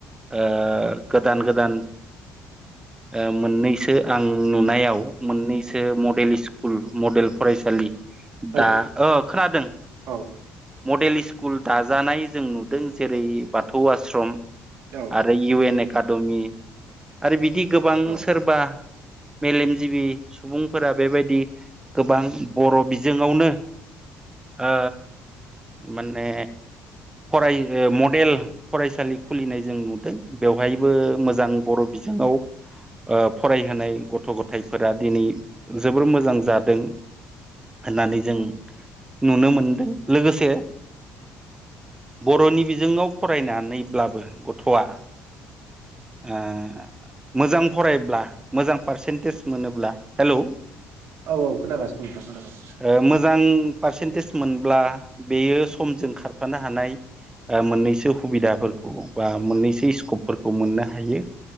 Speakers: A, on the right; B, on the right.
A: ओ गोदान गोदान <inaudible> ओ मोननैसो आं नुनायाव मोननैसो मडेल स्कुल मडेल फरायसालि
B: औ
A: दा अ खोनादों।
B: औ
A: मडेल स्कुल दाजानाय जों नुदों जेरै बाथौ आस्श्रम
B: औ
A: आरो इउ एन एकाडेमि आरो बिदि गोबां
B: औ
A: सोरबा मेलेमजिबि सुबुंफोरा बेबायदि गोबां बर' बिजोंङावनो ओ माने फराय मडेल फरायसालि खुलिनाय जों नुदों बेवहायबो मोजां बर बिजोंङाव <unintelligible> ओ फरायहोनाय गथ गथायफोरा दिनै जोबोर मोजां जादों। होननानै जों नुनो मोनदों लोगोसे बरनि बिजोंङाव फरायनानैब्लाबो गथआ ओ मोजां फरायब्ला मोजां पारसेन्टेज मोनोब्ला हेलौ
B: औ औ खोनागासिनो दां खोनागासिनो।
A: ओ मोजां पारसेन्टेज मोनब्ला बेयो समजों खारफानो हानाय मोननैसो सुबिदाफोरखौ बा मोननैसो स्कपफोरखौ मोननो हायो।